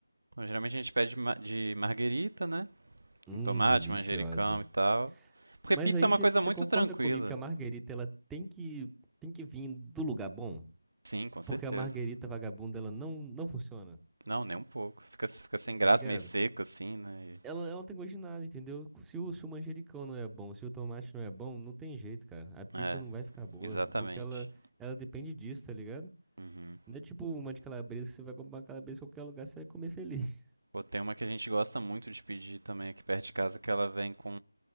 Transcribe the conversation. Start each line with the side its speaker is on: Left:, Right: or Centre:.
Right: Bom, geralmente a gente pede ma- de marguerita, né?
Centre: Hum,
Right: Com tomate,
Centre: deliciosa.
Right: manjericão e tal. Porque
Centre: Mas
Right: pizza
Centre: aí
Right: é uma
Centre: você
Right: coisa
Centre: você
Right: muito
Centre: concorda
Right: tranquila.
Centre: comigo que a Marguerita ela tem que tem que vir do lugar bom?
Right: Sim, com certeza.
Centre: Porque a Marguerita vagabunda ela não não funciona,
Right: Não, nem um pouco. Fica, fica sem graça,
Centre: tá ligado?
Right: meio seco assim, né? E-
Centre: Ela, ela não tem gosto de nada, entendeu? Se o, se o manjericão não é bom, se o tomate não é bom, não tem jeito, cara. A pizza
Right: É,
Centre: não vai ficar boa,
Right: exatamente.
Centre: porque ela ela depende disso, tá ligado?
Right: Uhum.
Centre: Não é tipo uma de calabresa que você vai comprar uma calabresa em qualquer lugar, você vai comer feliz. <laughs>
Right: Pô, tem uma que a gente gosta muito de pedir também aqui perto de casa, que ela vem com